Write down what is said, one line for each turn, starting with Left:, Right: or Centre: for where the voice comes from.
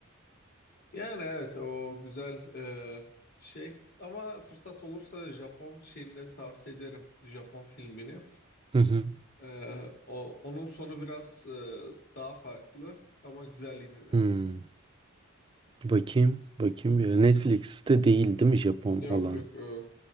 Left: Yani evet o güzel e, şey ama fırsat olursa Japon şeyini de tavsiye ederim. Japon filmini.
Right: Hı hı.
Left: E, o, onun sonu biraz e, daha farklı ama güzel yine de.
Right: Hmm. Bakayım. Bakayım bir ara. Netflix'te değil değil mi Japon
Left: Yok
Right: olan?
Left: yok e,